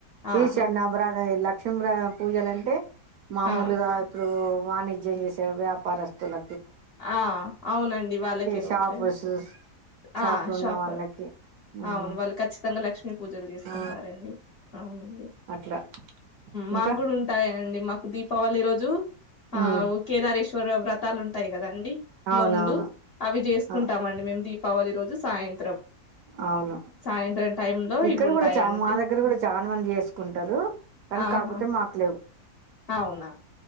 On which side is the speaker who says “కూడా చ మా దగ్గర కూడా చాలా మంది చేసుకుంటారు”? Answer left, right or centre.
Right